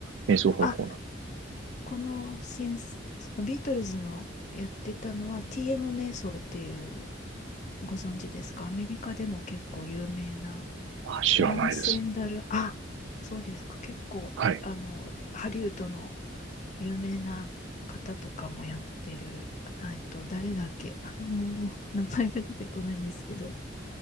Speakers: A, on the right; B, on the left.
A: 瞑想方法な。
B: あ、この先そのビートルズのやってたのは TM 瞑想っていうご存知ですかアメリカでも結構有名な
A: あ、知らないです。
B: トランセンダルあそうですか結構あのハリウッドの
A: はい。
B: 有名な方とかもやってるあえっと誰だっけあの名前が出てこないんですけど